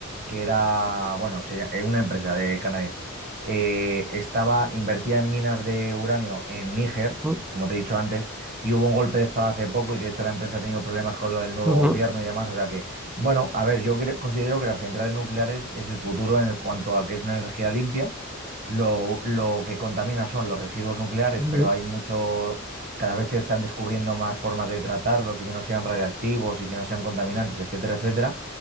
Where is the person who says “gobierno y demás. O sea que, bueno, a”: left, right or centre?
Right